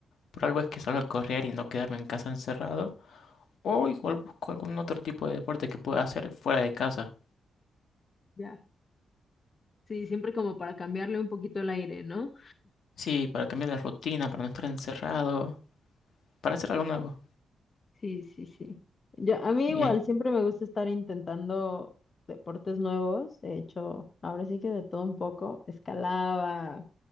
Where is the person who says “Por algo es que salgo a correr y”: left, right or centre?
Left